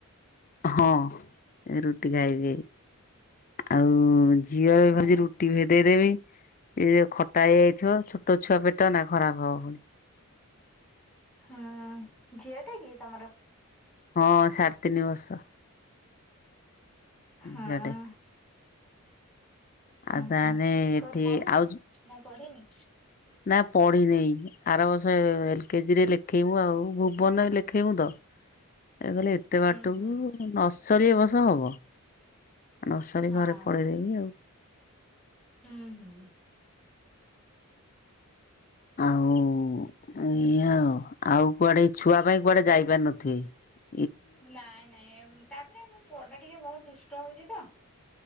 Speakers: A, on the left; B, in the centre.
A: ହଁ ରୁଟି ଖାଇବି
B: ହୁଁ
A: ଆଉ ଝିଅର ବି
B: ହଁ
A: ଭାବଛି ରୁଟି ଭେ ଦେଇେଇଦେବି ଏଇ ଖଟା ହେଇଯାଇଥିବ ଛୋଟ ଛୁଆ ପେଟ ନା ଖରାପ ହବ ଭଉଣି
B: ହୁଁ ଝିଅ ଟା କି ତମର
A: ହଁ ସାଢ଼େ ତିନି ବର୍ଷ
B: ହଁ
A: ଝିଅଟେ ଆଉ
B: ଓହୋ
A: ତାହାନଲେ ଏଠି
B: କୋଉଠି ପଢୁଛି
A: ଆଉ
B: ନା ପଢିନି
A: ନା ପଢିନହିଁ ଆର ବସ ରେ ଲେଖେଇବୁ ଆଉ ଭୁବନ ଲେଖେଇବୁ ତ ଏ କହିଲଲେ ଏତେ ବାଟକୁ
B: ହୁଁ ହୁଁ
A: ନସର ଏ ବସ ହବ ନସାଳୀ
B: ହଁ
A: ଘରେ ପଳେଇଦେବି ଆଉ
B: ହୁଁ ହୁଁ
A: ଆଉ ଏଇ ଆଉ ଆଉ କୁଆଡେଇ ଛୁଆ ପାଇଁ କୁଆଡେ ଯାଇପାର ନଥିବେ
B: ନାଇଁ ନାଇଁ ତାପରେ ଆମ ପୁଅ ଟା ଟିକେ ବହୁତ ଦୁଷ୍ଟ ହଉଛି ତ